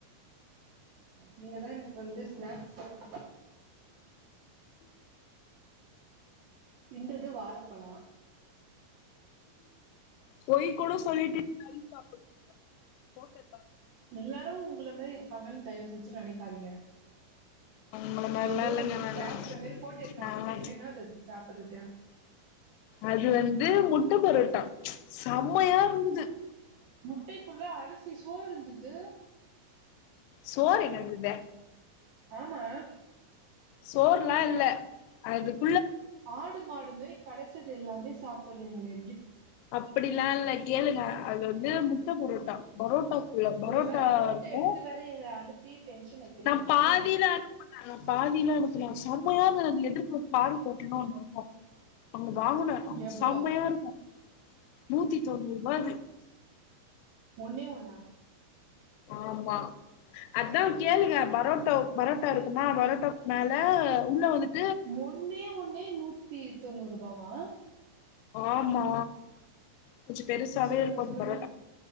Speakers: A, on the right; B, on the left.
A: நீங்க தா எனக்கு வந்து ஸ்நாக்ஸ் தா வாங்கிதறிங்களா தின்றது வாழப்பழ
B: பொய் கூட சொல்லிட்டு <unintelligible> போட்டத்தா
A: எல்லாரு உங்ள மேரி இருப்பாங்கன் தய்வு செஞ்சு நனக்காதீங்க
B: உங்கள மாரிலா
A: எதோ
B: இல்லங்க
A: ஒன்னு
B: நானு
A: சாப்புட்ற மாரி போட்டோ எத்த
B: நாலா
A: அனுப்புனீங்களோ என்னது அது சாப்புட்றது
B: அது வந்து முட்ட பரோட்டா செம்மையாருந்தது
A: முட்டைக்குள்ள அரிசி சோற்ருந்துது
B: சோறு எங்க இருக்குது
A: ஆமா
B: சோறுலா இல்ல அதுக்கு
A: ஆடு மாடு மாரி கெடைச்சது எல்லாமே சாப்பிடுறீங்ளே
B: அப்டிலா இல்ல கேளுங்க அது வந்து முட்ட பரோட்டா பரோட்டா
A: இதுல
B: பரோட்டா
A: வேற போட்டோ
B: இருக்கு
A: எடுத்து வேற எங்கள அனுப்பி டென்ஷன் ஏத்துறீங்களா
B: நா பாதில அனுப்புன பாதிலா எனக்குல செம்மயான ந எதிரு ஒரு பால் போட்டணு ஒன்னு இருக்கு அவங்க வாங்கின அவங்க
A: எவ்ளோ
B: செம்மையா இருக்கு நூத்து தொண்நூற்பா அது
A: ஒன்னே ஒன்னா
B: ஆமா அதா கேளுங்க பரோட்டா பரோட்டா இருக்குமா பரோட்டாக்கு மேல உள்ள வந்து
A: ஒண்ணே ஒண்ணே நூத்தி தொண்ணூறுபாவா
B: ஆமா கொஞ்ச பெருசாவே
A: சொல்லுங்க
B: இருக்கு
A: சொல்லுங்க